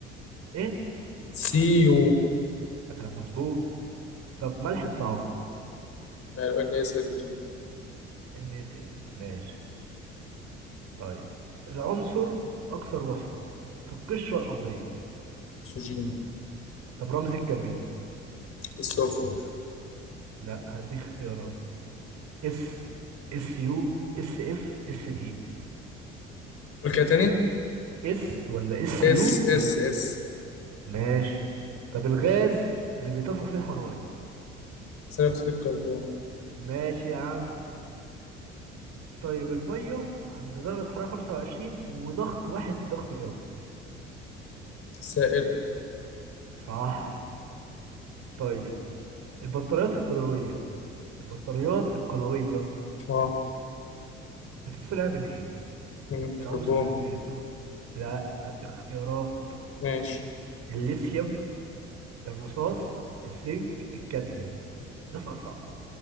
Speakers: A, on the right (about 50°); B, on the left (about 45°).
A: ايه
B: سيو
A: ده كلام مظبوط طب ملح الطعام
B: ماله ان اس ال 2
A: NaCl ماشي طيب العنصر الاكثر وفرة في القشرة الارضية
B: اكسجين
A: طب رمز الكبريت
B: السلفور
A: لا هديك اختيارات اس اس يو اس اف اس تي
B: قول كده تاني
A: اس ولا اس يو
B: اس
A: ولا
B: اس اس
A: ماشي طب الغاز اللي بيطفوا فيه الحرايق
B: ثاني اكسيد الكربون
A: ماشي يا عم طيب المية عند درجة حرارة 25 وضغط واحد ضغط جوي
B: سائله
A: صح طيب البطاريات القلوية البطاريات القلوية
B: اه
A: بتتصنع من ايه؟
B: من الكربون
A: العنصر اللي بيصنع لا هديك اختيارات
B: ماشي
A: الليثيوم الرصاص الزنك الكادميوم ده سؤال صعب